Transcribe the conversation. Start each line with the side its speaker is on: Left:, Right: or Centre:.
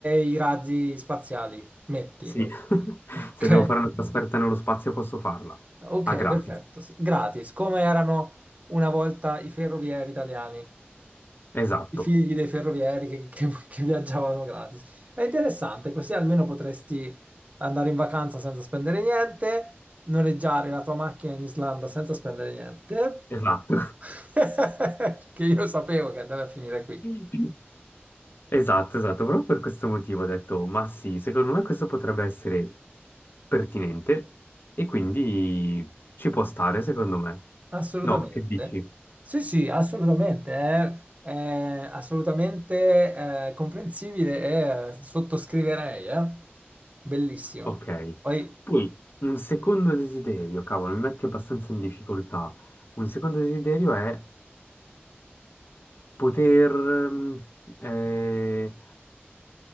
Right: i razzi spaziali, metti.
Left: Sì, <laughs>
Right: Ok.
Left: se devo fare una trasferta nello spazio posso farla.
Right: Ok,
Left: A gratis.
Right: perfetto. S- Gratis, come erano una volta i ferrovieri italiani,
Left: Esatto,
Right: i figli dei ferrovieri che, che- <laughs> che viaggiavano gratis. È interessante, così almeno potresti andare in vacanza senza spendere niente, noleggiare la tua macchina in Islanda senza spendere niente,
Left: esatto.
Right: <laughs> che io sapevo che andava a finire qui.
Left: <laughs> Esatto, esatto, proprio per questo motivo ho detto, ma sì, secondo me questo potrebbe essere pertinente e quindi ci può stare, secondo me.
Right: Assolutamente.
Left: No, che dici?
Right: Sì, sì, assolutamente. È, è assolutamente eh, comprensibile e eh, sottoscriverei. eh. Bellissimo.
Left: Ok.
Right: Poi
Left: Poi un secondo desiderio, cavolo, mi metti abbastanza in difficoltà. Un secondo desiderio è poter, ehm, eh,